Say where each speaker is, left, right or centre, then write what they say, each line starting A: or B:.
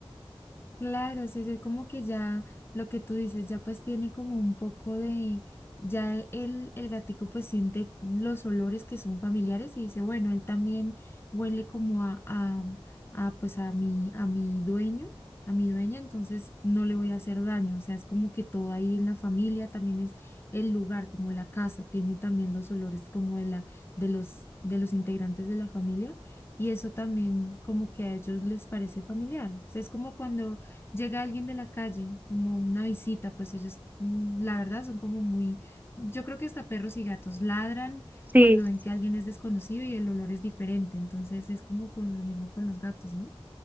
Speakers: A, on the left (about 25°); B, on the right (about 15°).
A: Claro, sí, es como que ya lo que tú dices, ya pues tiene como un poco de, ya e, el, el gatico pues siente los olores que son familiares y dice, bueno, él también huele como a, a, a, pues a mi, a mi dueño, a mi dueña, entonces no le voy a hacer daño, o sea, es como que todo ahí en la familia también es el lugar, como la casa, tiene también los olores como de la, de los, de los integrantes de la familia. Y eso también como que a ellos les parece familiar. O sea, es como cuando llega alguien de la calle, como una visita, pues ellos, mm, la verdad, son como muy, yo creo que hasta perros y gatos ladran
B: Sí,
A: cuando
B: sí,
A: ven que
B: sí.
A: alguien es desconocido y el olor es diferente, entonces es como con lo mismo con los gatos, ¿no?